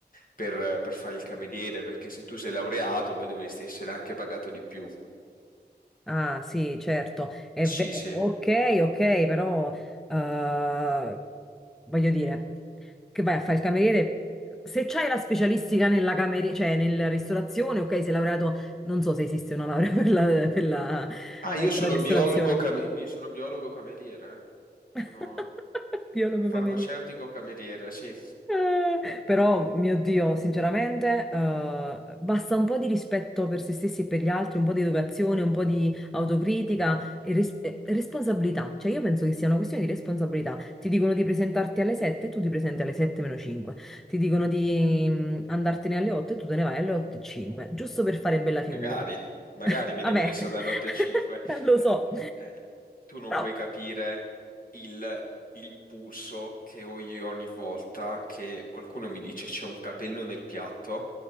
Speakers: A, on the left (about 55°); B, in the centre.
A: per, per fare il cameriere, perché se tu sei laureato poi dovresti essere anche pagato di più.
B: Ah, sì, certo. È
A: Sì,
B: ve-
A: sì.
B: ok, ok, però eh, voglio dire che vai a fare il cameriere. Se c'hai la specialistica nella cameriera, cioè nella ristorazione, ok, sei laureato, non so se esiste una laurea <laughs> per la, per la-
A: Ah,
B: eh,
A: io sono
B: per la ristorazione.
A: biologo, cam- io sono biologo cameriere. eh.
B: <laughs>
A: Sono
B: Biologo
A: farmaceutico
B: cameriere.
A: cameriere, sì.
B: Eh, Però, mio Dio, sinceramente, eh, basta un po' di rispetto per se stessi e per gli altri, un po' di educazione, un po' di autocritica e, res- e responsabilità. Cioè, io penso che sia una questione di responsabilità. Ti dicono di presentarti alle 7 e tu ti presenti alle 7 meno 5. Ti dicono di mm, andartene alle 8 e tu te ne vai alle 8 e 5, giusto per fare bella figura.
A: Magari, magari
B: <laughs>
A: me
B: Vabbè,
A: li potesse dare l'8,5.
B: <laughs> lo so,
A: Eh, tu non
B: però...
A: puoi capire il- l'impulso che ho io ogni volta che qualcuno mi dice c'è un capello nel piatto.